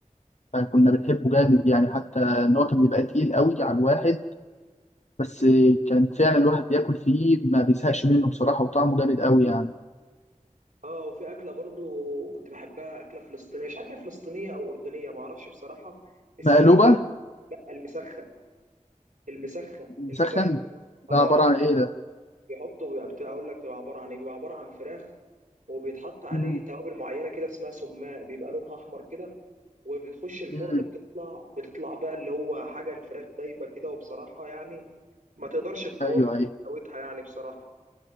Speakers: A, on the left; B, on the right.
A: فكنا بنحبه جامد يعني حتى ان هو كان بيبقى تقيل قوي على الواحد بس كان فعلا الواحد بياكل فيه ما بيزهقش منه بصراحه وطعمه جامد قوي يعني
B: اه وفي اكله برضو كنت بحبها اكله فلسطينيه مش عارفه هي فلسطينيه او اردنيه ما اعرفش بصراحه اسمها
A: مقلوبه
B: المسخن المسخن المسخن
A: مسخن
B: اه
A: ده عبارة عن إيه ده؟
B: بيحطه ويبقى بتاع اقول لك بيبقى عباره عن ايه بيبقى عباره عن فراخ وبيتحط عليه
A: مم.
B: توابل معينه كده اسمها سماق بيبقى لونها احمر كده وبتخش الفرن
A: مم.
B: بتطلع بتطلع بقى اللي هو حاجه الفراخ دايبه كده وبصراحه يعني ما تقدرش تقاومها
A: أيوه أيوه
B: حلاوتها يعني بصراحه